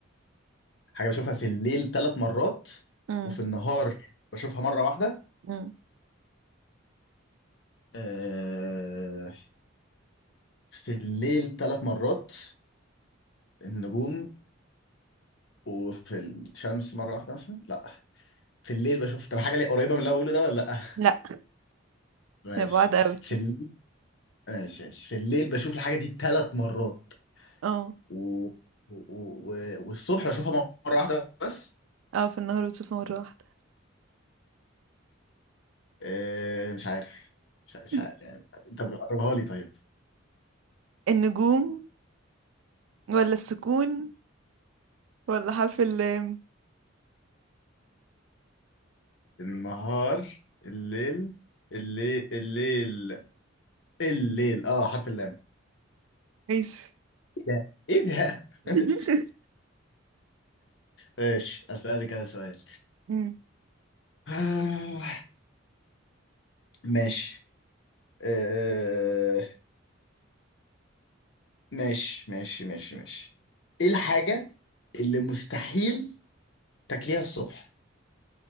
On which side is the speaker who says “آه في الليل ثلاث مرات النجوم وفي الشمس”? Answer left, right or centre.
Left